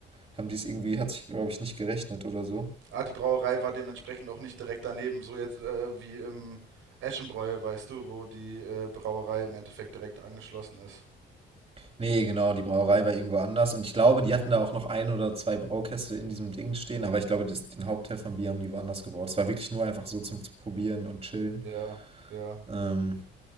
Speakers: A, on the right (about 30°); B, on the right (about 85°).
A: haben die es irgendwie, hat sich, glaube ich, nicht gerechnet oder so.
B: Ah, die Brauerei war dementsprechend auch nicht direkt daneben, so jetzt äh, wie im Eschenbräu, weißt du, wo die äh, Brauerei im Endeffekt direkt angeschlossen ist.
A: Nee, genau, die Brauerei war irgendwo anders. Und ich glaube, die hatten da auch noch ein oder zwei Braukäste in diesem Ding stehen. Aber ich glaube, das, den Hauptteil von Bier haben die woanders gebraut. Es war wirklich nur einfach so zum Probieren und Chillen.
B: Ja, ja.
A: Ähm,